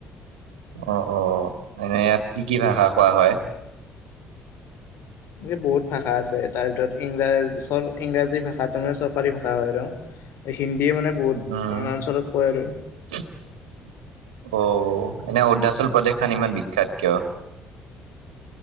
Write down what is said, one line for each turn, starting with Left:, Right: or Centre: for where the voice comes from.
Right: অ অ, এনে ইয়াত কি কি ভাষা কোৱা হয়?
Left: ইয়াতে বহুত ভাষা আছে তাৰ ভিতৰত ইংৰাজ চ ইংৰাজী ভাষাটো মানে চৰকাৰী ভাষা হয় আৰু। এ হিন্দীয়ে মানে বহুত
Right: উম,
Left: অঞ্চলত কয় আৰু।
Right: অ, এনে অৰুণাচল প্ৰদেশখান ইমান বিখ্যাত কিয়?